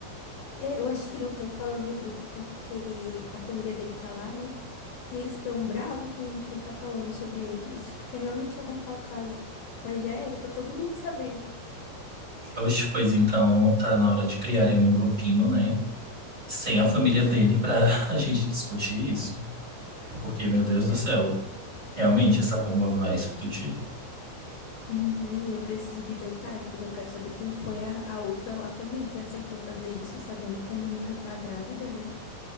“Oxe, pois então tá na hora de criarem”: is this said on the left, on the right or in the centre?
Right